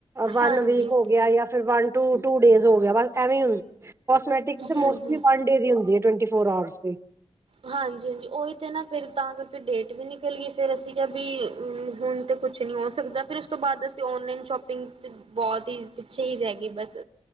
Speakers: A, on the right (about 25°); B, on the right (about 70°).
A: ਵਨ
B: ਹਾਂਜੀ
A: ਵੀਕ ਹੋ ਗਿਆ ਯਾ ਫਿਰ ਵ ਟੂ ਡੇਜ਼ ਹੋ ਗਿਆ ਐਵੇਂ ਹੁੰਦਾ ਕੋਸ ਮੈਟਿਕ ਤੇ
B: ਹੂੰ
A: ਮੋਸਟਲੀ
B: ਹੂੰ
A: ਵਨ ਡੇ ਦੀ ਹੁੰਦੀ ਫੋਰ ਆਵਰਸ ਦੀ
B: ਹਾਂਜੀ ਹਾਂਜੀ ਉਹੀ ਤੇ ਨਾ ਫੇਿਰ ਤਾਂ ਕਰਕੇ ਡੇਟ ਵੀ ਨਿਕਲ ਗਈ ਫੇਿਰ ਅਸੀਂ ਜਾਂ ਵੀ ਹੁਣ ਤਾਂ ਕੁਛ ਨਹੀਂ ਹੋ ਸਕਦਾ ਫਿਰ ਉਸ ਤੋਂ ਬਾਅਦ ਅਸੀਂ ਔਨਲਾਈਨ ਸ਼ੋਪਿੰਗ ਚ ' ਬਹੁਤ ਹੀ ਪਿੱਛੇ ਹੀ ਰਹਿ ਗਏ ਬਸ